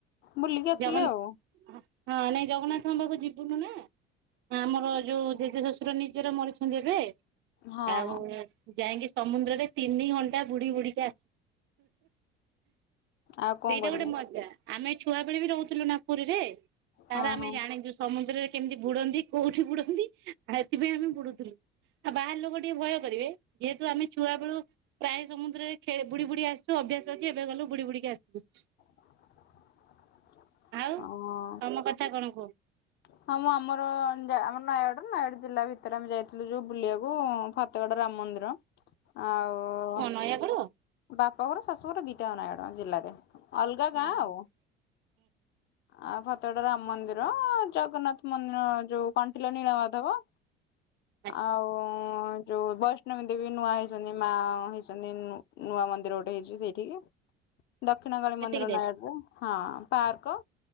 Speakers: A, on the left; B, on the right.
A: ବୁଲିକି ଆସିଲେ
B: ଜଗନ୍ନା
A: ଆଉ
B: ହଁ ନାଇଁ ଜଗନ୍ନାଥଙ୍କ ପାଖକୁ ଯିବୁନୁ ନା। ଆମର ଯୋଉ ଜେଜେ ଶଶୁର ନିଜର ମରିଛନ୍ତି ଏବେ।
A: ହଁ
B: ଆଉ
A: ହଁ
B: ଯାଇକି ସମୁଦ୍ରରେ ତିନି ଘଣ୍ଟା ବୁଡି ବୁଡିକା
A: ଆଉ କଣ
B: ସେଇଟା
A: କରିବେ
B: ଗୋଟେ ମଜା। ଆମେ ଛୁଆବେେଳେ ବି ରହୁଥିଲୁ ନାପୁରୀରେ ତାରେ
A: ହଁ
B: ଆମେ
A: ହଁ
B: ଜାଣିଛୁ ସମୁଦ୍ରରେ କେମିତି ବୁଡନ୍ତି। କୋଉଠି ବୁଡନ୍ତି? ଆଉ ଏଥିପାଇଁ ଆମେ ବୁଡୁଥିଲୁ। ଆଉ ବାହାର ଲୋକ ଟିକିଏ ଭୟ କରିବେ ଯେହେତୁ ଆମେ ଛୁଆ ବେଳୁ ପ୍ରାୟ ସମୁଦ୍ରରେଖେଳି ବୁଡି ବୁଡି ଆସିବୁ। ଅଭ୍ୟାସ ଅଛି ଏବେ ଗଲୁ ବୁଡି ବୁଡିକି ଆସିବୁ।
A: <inaudible>
B: ଆଉ
A: ହଁ।
B: ତମ କଥା କଣ କୁହ?
A: ହଁ ମୁଁ ଆମର ଆମ ନୟାଗଡ ନୟାଗଡ ଜିଲ୍ଲା ଭିତରେ ଆମେ ଯାଇଥିଲୁ ଯୋଉ ବୁଲିବାକୁ ଫାକ ତେଡ୍ ରାମ ମନ୍ଦିର ଆଉ
B: ନୟାଗଡ?
A: ବାପ ଘର ଶାଶୁ ଘର ଦିଟା ଆକ ନୟାଗଡ଼ ଜିଲ୍ଲାରେ ଅଲଗା
B: ହୁଁ
A: ଗାଁ ଆଉ। ଆ ଫତଗଡ ରାମ ମନ୍ଦିର ଜଗନ୍ନାଥ ମନ୍ଦିର ଯୋଉ କଣ୍ଟିଲ ନୀଳ ମାଧବ
B: ଆଚ୍ଛା
A: ଆଉ ଯୋଉ ବୈଷ୍ଣବୀ ଦେବୀ ନୂଆ ହେଇଛନ୍ତି ମା ହେଇଛନ୍ତି ନୁ ନୂଆ ମନ୍ଦିର ଗୋଟେ ହେଇଛି ସେଇଠିକି ଦକ୍ଷିଣ କାଳୀ
B: ସେତିକି
A: ମନ୍ଦିର
B: ଯାଏ
A: ନାୟଗଡରେ ହଁ। ପାର୍କ।